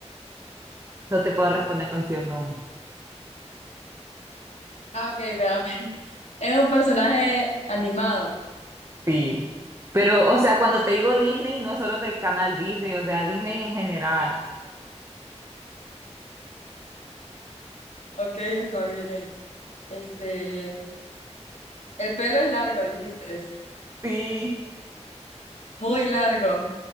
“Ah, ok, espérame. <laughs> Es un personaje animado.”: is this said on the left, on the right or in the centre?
Left